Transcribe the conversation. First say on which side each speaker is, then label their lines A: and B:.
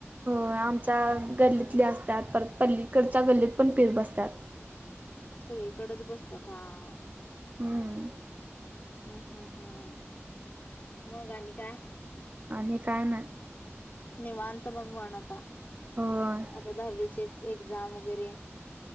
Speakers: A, on the right; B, on the left.
A: हो आमच्या गल्लीतले असतात, परत पल्लीकडच्या गल्लीतं पण पीर बसतात.
B: सगळीकडेचं बसतात हां.
A: हम्म.
B: हम्मं हमं हम्मं मगं आणि काय?
A: आणि काय नाय.
B: निवांत मग म्हण आता.
A: होय.
B: आता दहावीचे एक्झाम वगैरे?